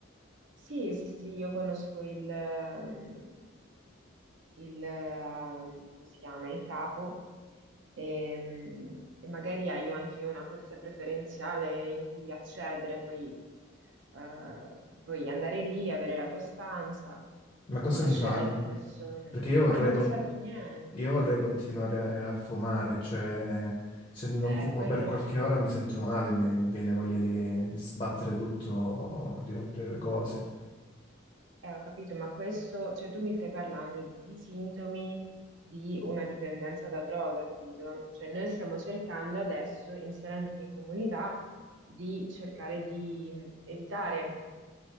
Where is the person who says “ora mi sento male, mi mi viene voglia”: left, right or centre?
Left